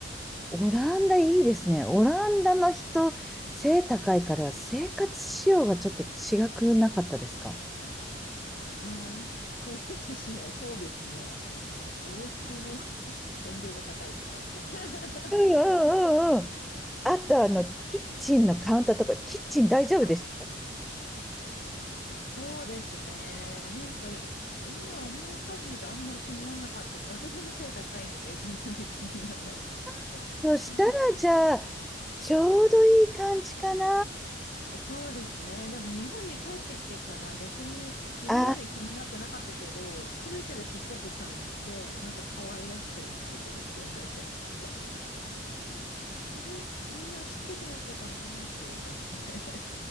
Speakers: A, in the centre; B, on the left.
A: オランダいいですね。オランダの人、背高いから生活仕様がちょっと違くなかったですか
B: ああ、な生活しよそうですね。お、お家の <laughs> 天井が高いとか。
A: うんう
B: <laughs>
A: んうんうん。あと、あの、
B: 確か、
A: キッチンのカウンターとか、キッチン大丈夫でし
B: あ、そうですね。なんかい、今思い返してみるとあんまり気にならなかった。私も背高いんで、そんなに気にならないんですけど。
A: ょそしたら、
B: うん
A: じゃあ、ちょうどいい感じかな
B: そうですね。でも日本に帰ってきてから逆に今まで気になってなかったけど、
A: あ
B: すべてがちっちゃく感じて、なんか可愛らしく見えてくるっていうのあります。<laughs> あれみんなちっちゃくなっちゃったのかなっていう感じで。